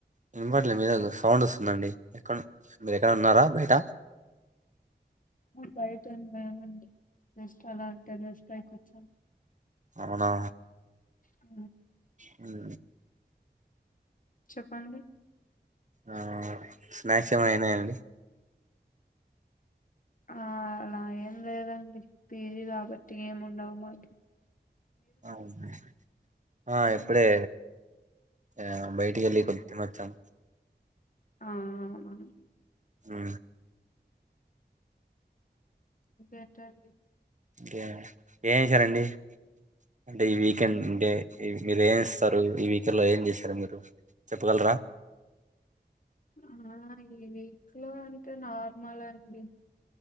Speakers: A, on the right; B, on the left.
A: విన్బట్ల మీది దగ్గర ఏదో సౌండ్ వస్తుందండి ఎక్కడ మీరు ఎక్కడ ఉన్నారా బయట
B: బయటున్నాండీ జస్ట్ అలా టెర్రస్ పైకి వచ్చాను
A: అవునా
B: అ
A: హు
B: చెప్పండి
A: ఆ స్నాక్స్ ఏం అయినాయినయా అండి
B: ఆ అలా ఏం లేదండి పీజీ కాబట్టి ఏమిండవు మాకి
A: అవును ఆ ఇప్పుడే ఆ బయటికిల్లీ కొద్ది తినొచ్చాం
B: ఆ అవునా
A: హు
B: ఇంకేంటండి
A: ఇంకేం ఏం చేసారండి అంటే ఈ వీకెండ్ అంటే మీరు ఏం ఇస్తారు ఈ వీకెండ్ లో ఏం చేస్తారు మీరు చెప్పగలరా
B: ఆ ఈ వీక్ లో అంటే నార్మల్ అండి